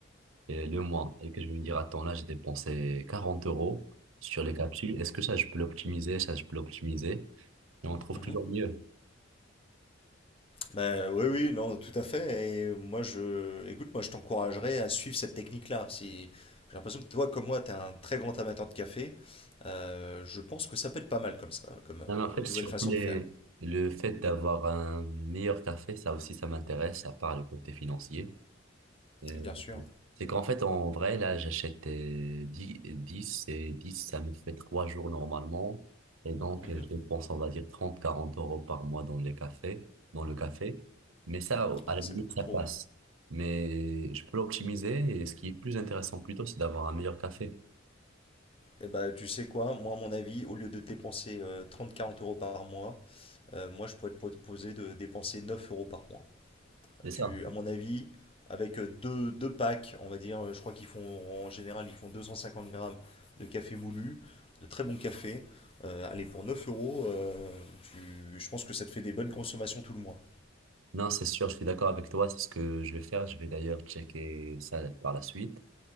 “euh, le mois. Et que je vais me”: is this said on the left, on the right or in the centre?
Right